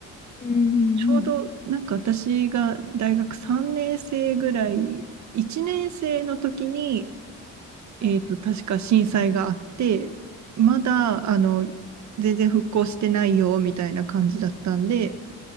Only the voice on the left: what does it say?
うんうん。
はい、
はい